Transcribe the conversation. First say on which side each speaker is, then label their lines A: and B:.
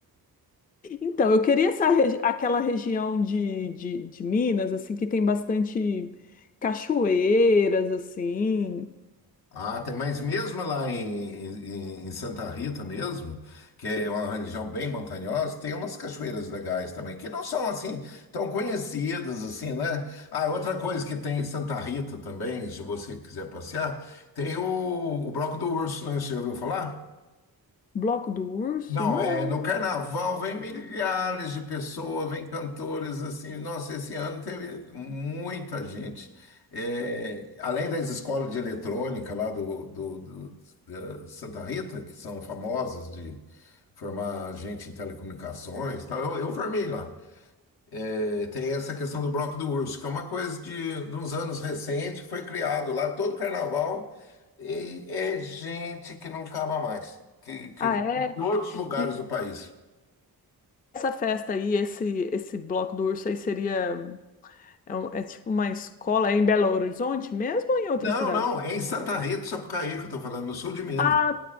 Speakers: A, on the left (about 25°); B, on the left (about 80°).
A: Então, eu queria essa regi- aquela região de, de, de Minas, assim, que tem bastante cachoeiras, assim,
B: Ah, tem, mas mesmo lá em, em, em Santa Rita mesmo, que é uma região bem montanhosa, tem umas cachoeiras legais também, que não são assim tão conhecidas assim, né? Ah, outra coisa que tem em Santa Rita também, se você quiser passear, tem o, o Bloco do Urso, né? Você já ouviu falar?
A: Bloco do Urso?
B: Não,
A: Não.
B: é, no carnaval vem milhares de pessoas, vem cantores assim. Nossa, esse ano teve muita gente. É, além das escolas de eletrônica lá do, do- do- da Santa Rita, que são famosas de formar gente em telecomunicações, e tal, eu, eu formei lá. É, tem essa questão do bloco do urso, que é uma coisa de, de uns anos recente, que foi criado lá todo carnaval, e é gente que não acaba mais, que, que
A: Ah,
B: vem
A: é?
B: de todos os lugares
A: E
B: do país.
A: essa festa aí, esse, esse Bloco do Urso aí seria. É, um- é tipo uma escola, é em Belo Horizonte mesmo ou em outra
B: Não,
A: cidade?
B: não, é em Santa Rita do Sapucaí que eu estou falando, no sul de Minas.
A: Ah,